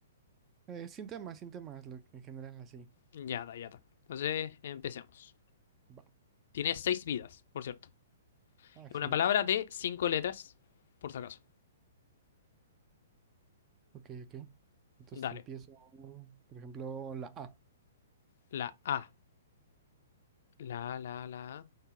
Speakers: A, on the right (about 20°); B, on the left (about 50°).
A: Eh, sin temas, sin temas, lo, en general así.
B: Ya está, ya está. Entonces, empecemos.
A: Va.
B: Tiene seis vidas, por cierto.
A: Ah, excelente.
B: Es una palabra de cinco letras, por si acaso.
A: Ok, ok. Entonces
B: Dale.
A: empiezo, por ejemplo, la A.
B: La A. La, la, la A